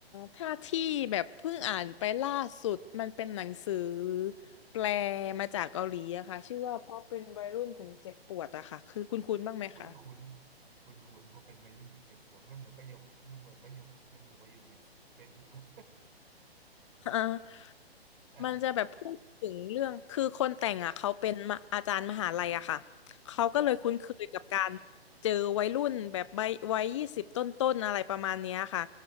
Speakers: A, on the left; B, on the right.
A: ถ้าที่แบบเพิ่งอ่านไปล่าสุดมันเป็นหนังสือแปลมาจากเกาหลีอะค่ะชื่อว่าเพราะเป็นวัยรุ่นถึงเจ็บปวดอะค่ะคือคุ้นๆบ้างไหมคะ
B: คุ้นคุ้นคุ้นคุ้นเพอเป็นวัยรุ่นถึงเจ็บปวดมันเหมือนประโยคมันเหมือนประโยคมันเหมือนประโยคในเฟซบุ๊กเลย
A: อ่า
B: อ่า
A: มันจะแบบพูดถึงเรื่องคือคนแต่งอ่ะเขาเป็นมะอาจารย์มหาลัยอะค่ะเขาก็เลยคุ้นเคยกับการ
B: อ่า
A: เจอวัยรุ่นแบบใบวัยยี่สิบต้นต้นๆอะไรประมาณเนี้ยค่ะ